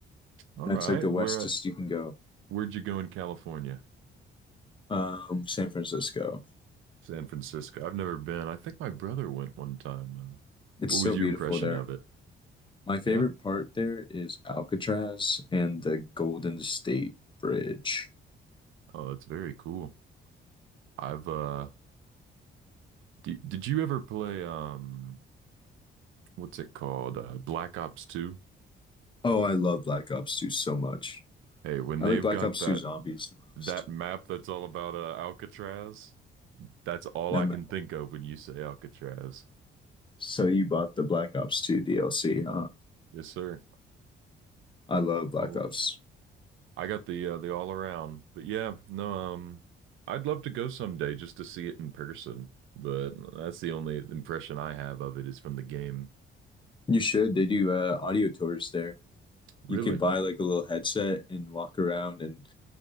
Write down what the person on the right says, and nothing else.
All
right.
Where
at
where'd you go in California?
San Francisco. I've never been. I think my brother went one time. Uh,
what
was
your impression
of it?
Yeah?
Oh, that's very cool. I've uh d did you ever play um what's it called? Uh, Black Ops 2?
Hey, when
they've
got
that
that map that's all about uh, Alcatraz, that's all
I can think of when you say Alcatraz.
Yes, sir.
All
I got the uh, the all around. But yeah, no, um I'd love to go someday just to see it in person, but that's the only impression I have of it is from the game.
Really.